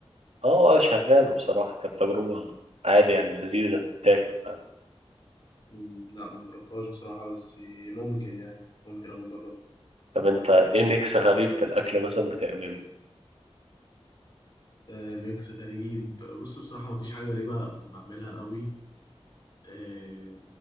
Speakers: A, on the right (about 85°); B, on the left (about 45°).
A: اه شغالة بصراحة كانت تجربة عادي يعني لذيذة تتاكل
B: مم، لا ما جربتهاش بصراحه بس ممكن يعني ممكن ابقى اجربها
A: طب انت ايه ميكس غريب في الاكل مثلا بتعمله
B: آه، ميكس غريب بص بصراحه ما فيش حاجه غريبه بعملها قوي آه،